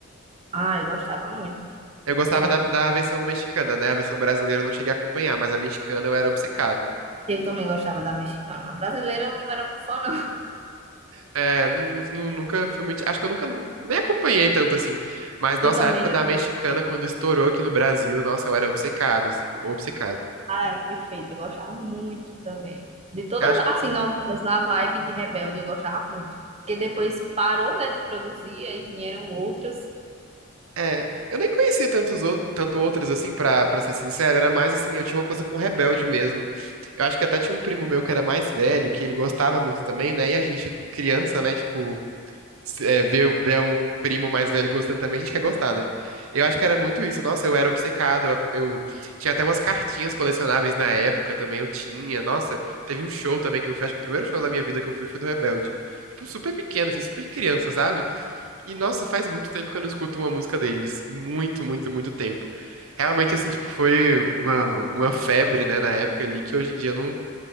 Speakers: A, on the right (about 30°); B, on the right (about 75°).
A: ah eu gostava muito.
B: Eu gostava
A: de rap.
B: da, da versão mexicana, né? A versão brasileira eu não cheguei a acompanhar, mas a mexicana eu era obcecado.
A: Eu também gostava da mexicana. A Brasileira eu não era muito fã, não.
B: É, nu- nu- nunca fui muito. Acho que eu nunca nem acompanhei tanto assim. Mas nossa,
A: Eu também
B: a época
A: não.
B: da mexicana, quando estourou aqui no Brasil, nossa, eu era obcecado, assim, obcecado.
A: Ah, era perfeito. Eu gostava muito também. De todas,
B: Eu Acho,
A: assim, novelas na vibe de Rebelde, eu gostava muito. Porque depois parou, né, de produzir, aí vieram outras.
B: é, eu nem conhecia tantos outros, tanto outras assim, pra, pra ser sincero. Era mais assim, eu tinha uma coisa com Rebelde mesmo. Eu acho que até tinha um primo meu que era mais velho, que ele gostava muito também, né? E a gente, criança, né? Tipo, se- é, ver, ver um primo mais velho gostando também, a gente quer gostar, né? Eu acho que era muito isso. Nossa, eu era obcecado. Eu, ac- eu tinha até umas cartinhas colecionáveis na época também, eu tinha. Nossa, teve um show também que eu fui, acho que o primeiro show da minha vida que eu fui foi do Rebelde. Tipo, super pequeno, assim, super criança, sabe? E nossa, faz muito tempo que eu não escuto uma música deles. Muito, muito, muito tempo. Realmente, assim, tipo, foi uma, uma febre, né, na época ali, que hoje em dia não,